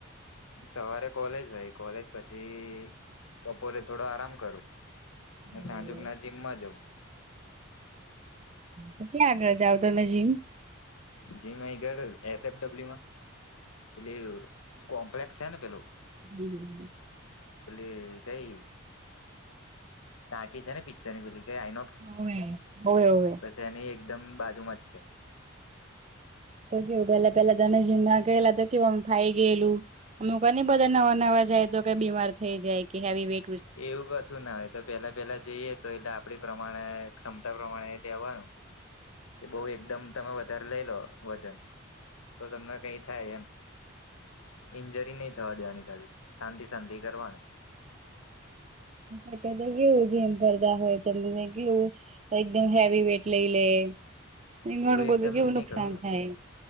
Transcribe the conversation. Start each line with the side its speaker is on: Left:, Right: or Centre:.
Left: સવારે કોલેજ હોય કોલેજ પછી બપોરે થોડો આરામ કરું.
Right: બરાબર.
Left: સાંજુક ના જીમમાં જઉ.
Right: કેટલા આગળ જાઓ તમે જીમ?
Left: જીમ અહીં ઘરે એસ એફ ડબ્લ્યુમાં પેલી કોમ્પ્લેક્સ છે ને પેલું
Right: હમ્મ.
Left: પેલી કઈ ટાંકી છે ને પીચ્ચરની પેલી કઈ આઈનો
Right: હોવે હોવે હોવે
Left: તો એની એકદમ બાજુમાં જ છે <inaudible>
Right: તો કેવું પહેલા પહેલા તમે જીમ ના ગયેલા તો કેવું આમ ફાઈ ગયેલું અમુક વારની ની બધા નવા નવા જાય તો કે બીમાર થઈ જાય કે હેવી વે
Left: એવું કશું ના હોય તો પેલા પેલા જઈએ તો એટલે આપડી પ્રમાણે ક્ષમતા પ્રમાણે લેવાનું કે બહુ એકદમ તમે વધારે લઈ લો વજન તો તમને કઈ થાય એમ ઈન્જરી નહી થવા દેવાની ખાલી શાંતિ શાંતિ કરવાનું
Right: અત્યારે તો કેવું જીમ ભરતા હોય તેમને તો કેવું તો એકદમ હેવી વેટ લઈ લે અને ઘણું
Left: એવું
Right: બધું
Left: એકદમ
Right: કેવું
Left: નહી
Right: નુકસાન
Left: કરવાનું
Right: થાય